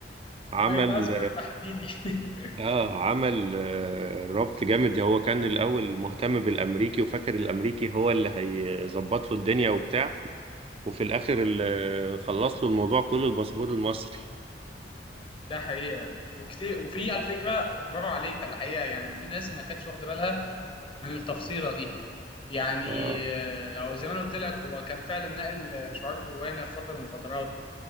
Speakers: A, on the right (about 30°); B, on the left (about 30°).
A: عمل
B: ماي باسورد ده حبيبي <laughs>
A: اه عمل آه ربط جامد هو كان الاول مهتم بالامريكي وفاكر الامريكي هو اللي هيظبط له الدنيا وبتاع وفي الاخر اللي خلص له الموضوع كله الباسبور المصري
B: ده حقيقة وكتير وفي على فكرة برافو عليك الحقيقة يعني في ناس ما كانتش واخدة بالها من التفصيلة دي يعني
A: اه
B: آه، هو زي ما انا قلت لك هو كان فعلا نقل شعار جوانا في فترة من الفترات